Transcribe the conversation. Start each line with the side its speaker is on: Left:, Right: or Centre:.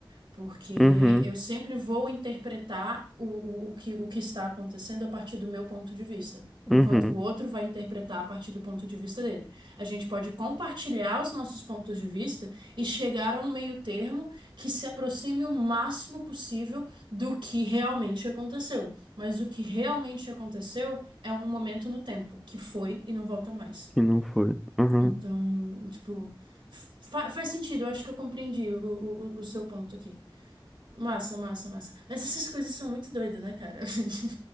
Right: Porque
Centre: uhum,
Right: eu sempre vou interpretar o, o, o que, o que está acontecendo a partir do meu ponto de vista, enquanto
Centre: uhum.
Right: o outro vai interpretar a partir do ponto de vista dele. A gente pode compartilhar os nossos pontos de vista e chegar a um meio termo que se aproxime o máximo possível do que realmente aconteceu. Mas o que realmente aconteceu é um momento no tempo, que foi e não volta mais.
Centre: Que não foi. Uhum.
Right: Então, tipo, fa- faz sentido, eu acho que eu compreendi o, o, o o seu ponto aqui. Massa, massa, massa. Mas essas coisas são muito doidas, né, cara? <laughs>